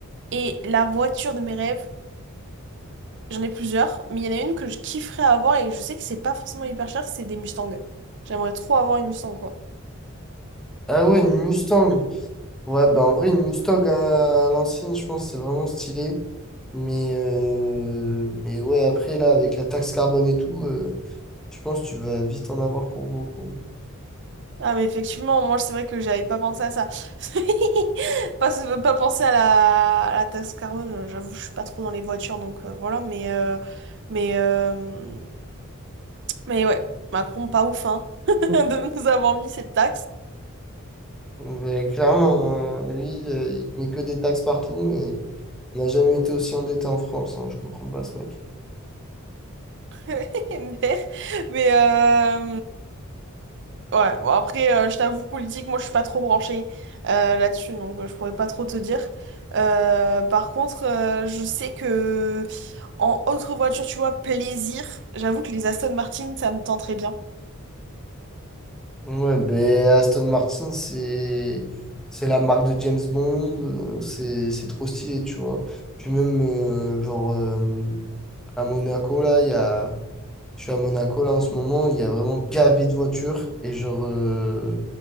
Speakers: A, on the right (about 55°); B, in the centre.
A: Et la voiture de mes rêves, j'en ai plusieurs, mais il y en a une que je kifferais avoir et je sais que c'est pas forcément hyper cher, c'est des Mustangs. J'aimerais trop avoir une Mustang, quoi.
B: Ah ouais, une Mustang. Ouais, bah en vrai, une Mustang à, à l'ancienne, je pense, que c'est vraiment stylé. Mais, euh, mais ouais, après, là, avec la taxe carbone et tout, euh, je pense que tu vas vite en avoir pour beaucoup.
A: Ah, mais effectivement, moi, c'est vrai que j'avais pas pensé à ça. <laughs> Pas, pas pensé à la, à la taxe carbone, j'avoue, je suis pas trop dans les voitures, donc euh, voilà, mais, euh, mais, euh, mais ouais, Macron, pas ouf, hein, <laughs> de nous avoir mis cette taxe.
B: Mais clairement, hein, lui, euh, il te met que des taxes partout. et on n'a jamais été aussi endetté en France, hein, je comprends pas ce mec.
A: MDR. Mais euh, ouais, bon, après, euh, je t'avoue, politique, moi je suis pas trop branchée euh, là-dessus, donc euh, je pourrais pas trop te dire. Euh, par contre, euh, je sais que en autre voiture, tu vois, plaisir, j'avoue que les Aston Martin, ça me tenterait bien.
B: Ouais, ben Aston Martin, c'est c'est la marque de James Bond, euh, c'est c'est trop stylé, tu vois. Puis même, euh, genre, euh, à Monaco, là, il y a... je suis à Monaco, là, en ce moment, il y a vraiment gavé de voitures. Et genre, euh,